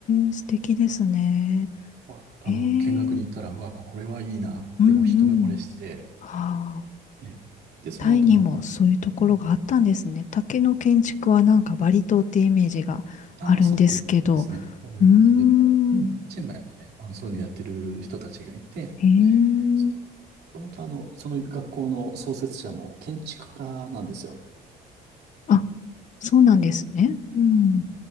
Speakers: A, on the left (about 45°); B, on the right (about 70°).
A: え、素敵ですね。
B: まあ、
A: ええ
B: あの、見学に行ったら、うわ、これはいいなって、
A: うんうん。
B: もう一目惚れして、
A: はあ。
B: えで、その後また、
A: タイにもそういうところがあったんですね。
B: うん
A: 竹の建築はなんかバリ島ってイメージがあるんですけど。
B: ああ、そうですね。多いですけど。
A: うーん。
B: うん。チェンマイもね、あの、そういうのやってる人たちがいて、
A: へえ。
B: そもともとあの、その学校の創設者も建築家なんですよ。
A: あ、そうなんですね。うん。